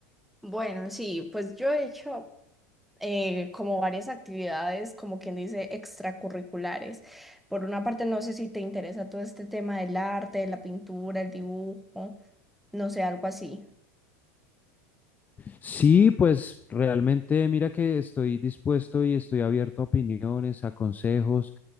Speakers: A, in the centre; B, on the left.
A: Bueno, sí, pues yo he hecho eh, como varias actividades, como quien dice, extracurriculares. Por una parte, no sé si te interesa todo este tema del arte, de la pintura, el dibujo, no sé, algo así.
B: Sí, pues realmente mira que estoy dispuesto y estoy abierto a opiniones, a consejos.